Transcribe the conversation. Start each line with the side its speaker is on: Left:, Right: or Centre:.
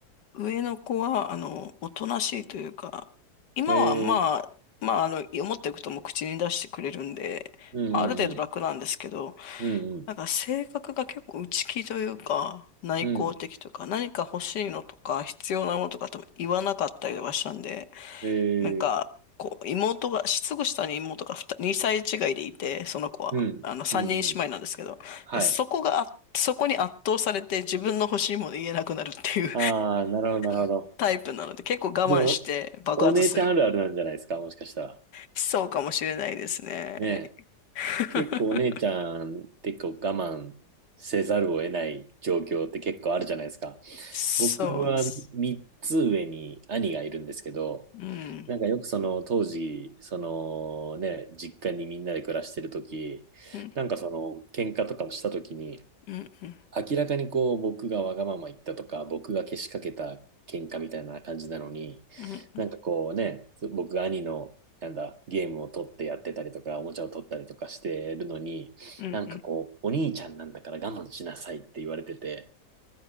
Left: 上の子は、あの、おとなしいというか、今はまあ、
Right: ええ
Left: まあ、あの、思ってることも口に出してくれるんで、
Right: うんうん
Left: まあある程度楽なんですけど、
Right: うん。うん
Left: なんか性格が結構内気というか、内向的というか、
Right: うん。
Left: 何か欲しいのとか、必要なものとかとも言わなかったりとかしたんで、
Right: うん。
Left: なんか、
Right: ええ
Left: こう、妹が、すぐ下に妹が2、歳違いでいて、その子は、
Right: うん、
Left: あの、3人姉妹なんですけど、
Right: うん、うん。はい。
Left: でそこがあ、そこに圧倒されて自分の欲しいもの言えなくなるっていう
Right: ああ、なるほど、なるほど。
Left: <laughs> タイプなので、結構我慢して爆発する。
Right: でも、お姉ちゃんあるあるなんじゃないですか、もしかしたら。
Left: そうかもしれないですね。
Right: ねえ。
Left: <laughs>
Right: 結構お姉ちゃんってこう我慢せざるを得ない状況って結構あるじゃないですか。
Left: そうです。
Right: 僕は3つ上に兄がいるんですけど、
Left: うん。
Right: なんかよくその当時、そのね、実家にみんなで暮らしてる時、
Left: うん。
Right: なんかその喧嘩とかもした時に、
Left: うん。うん
Right: 明らかにこう僕がわがまま言ったとか僕がけしかけた喧嘩みたいな感じなのに
Left: うんうん
Right: なんかこうね僕が兄のなんだゲームを取ってやってたりとかおもちゃを取ったりとかしてるのになんかこうお兄ちゃんなんだから我慢しなさいって言われてて
Left: うんうん